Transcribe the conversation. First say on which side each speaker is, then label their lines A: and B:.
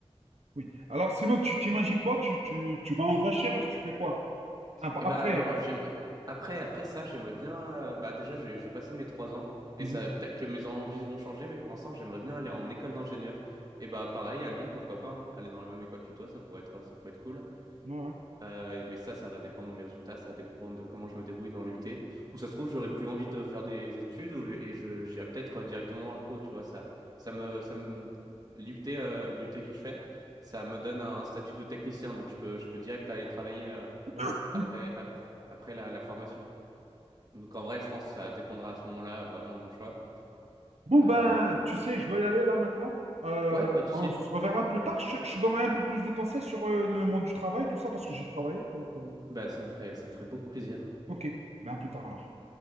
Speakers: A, on the right; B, on the right.
A: oui. Alors, sinon, tu t'imagines quoi? Tu, tu, tu vas en recherche, tu fais quoi? Ah, bah,
B: et
A: Après.
B: bah alors euh, j'aimerais après après ça j'aimerais bien euh, bah déjà j'ai j'ai passé mes trois ans
A: Mhm.
B: et ça peut-être que mes envies vont changer mais pour l'instant j'aimerais bien aller en école d'ingénieur et bah pareil à Lyon pourquoi pas hein. aller dans la même école que toi ça pourrait être ça pourrait être cool
A: Ouais, ouais.
B: Euh, mais ça, ça va dépendre de mes résultats, ça va dépendre de comment je me débrouille dans l'UT. Ou ça se trouve, j'aurais plus envie de faire des études ou- et je, j'irai peut-être directement dans le pro, tu vois. Ça, ça me, ça me, l'UT, euh, l'UT que je fais, ça me donne un statut de technicien, donc je peux, je peux direct aller travailler euh,
A: <coughs>
B: après, après, après la, la formation. Donc en vrai, je pense que ça dépendra à ce moment-là vraiment de mon choix.
A: Bon, ben,
B: Euh, voilà.
A: tu sais, je dois y aller là maintenant. Euh,
B: Ouais, pas de souci.
A: on se reverra plus tard. Je, je te donnerai un peu plus de conseils sur euh, le monde du travail, tout ça, parce que j'ai travaillé. Donc, euh,
B: Bah, ça me ferait, ça me ferait beaucoup plaisir.
A: Ok, ben à plus tard alors.